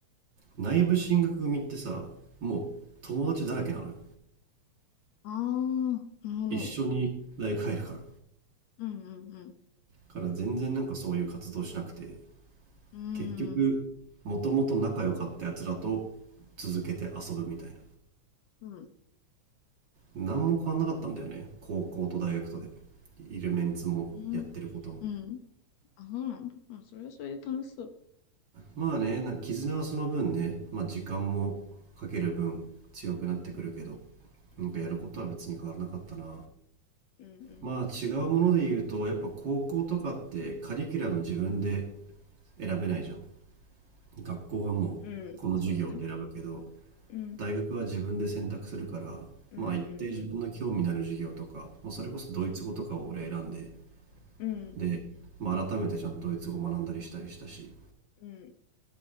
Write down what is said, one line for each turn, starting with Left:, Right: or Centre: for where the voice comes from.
Right: 内部進学組ってさ、
Left: うん。
Right: もう友達だらけなのよ。
Left: ああ、なるほど。
Right: 一緒に大学入るから。
Left: うん、うん、う
Right: から全然なんかそういう活動しなくて、
Left: ん。
Right: 結局、
Left: うん、
Right: もともと仲良かったやつらと続けて遊ぶみたいな。
Left: うん、
Right: 何も変わんなかったんだよね。高校と大学とで。いるメンツもやってることも。
Left: うん、うん。あ、そうなんだ。うん、それはそれで楽しそ
Right: まあね、なんか絆はその分ね、まあ時間もかける分強くなってくるけど、
Left: う。うん、
Right: なんかやることは別に変わらなかったな。
Left: うん、うん、うん。
Right: まあ違うもので言うと、やっぱ高校とかってカリキュラム自分で選べないじゃん。学校がもうこの授業って選ぶけど、
Left: うん、そうね。うん。
Right: 大学は自分で選択するから、
Left: うんうんうん。
Right: まあ一定自分の興味のある授業とか、まあそれこそドイツ語とかを俺選んで、
Left: うん
Right: で、まあ改めてちゃんとドイツ語学んだりしたりしたし、
Left: うん。